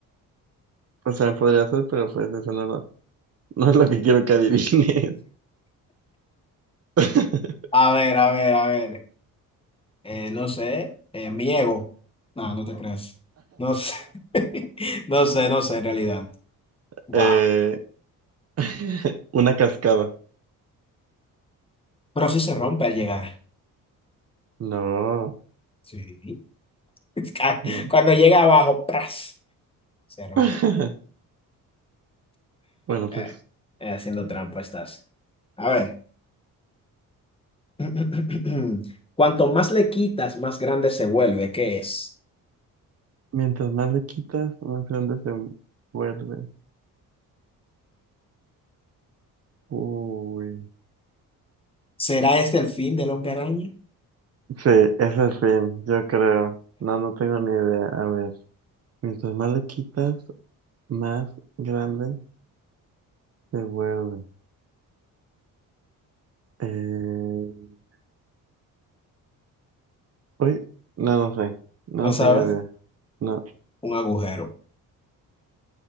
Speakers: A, on the right; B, on the left.
A: O sea, podría ser, pero pues eso no, lo- no es lo que quiero que adivines. <laughs>
B: A ver, a ver, a ver. Eh, no sé. Eh, mi ego. No, no te creas. No sé. <laughs> No sé, no sé en realidad. Wow.
A: Eh, <laughs> una cascada.
B: Pero sí se rompe al llegar.
A: No,
B: Sí. <laughs>
A: no.
B: Cuando llega abajo, ¡pras! Se rompe.
A: <laughs> Bueno,
B: Eh,
A: pues
B: eh, haciendo trampa estás. A ver. <clears throat> Cuanto más le quitas, más grande se vuelve. ¿Qué es?
A: mientras más le quitas, más grande se vuelve. Uy.
B: ¿Será este el fin del hombre araña?
A: Sí, ese es el fin, yo creo. No, no tengo ni idea. A ver, mientras más le quitas, más grande se vuelve. Eh... Uy, no, no sé. No,
B: No
A: no
B: sabes.
A: tengo idea. No.
B: Un agujero.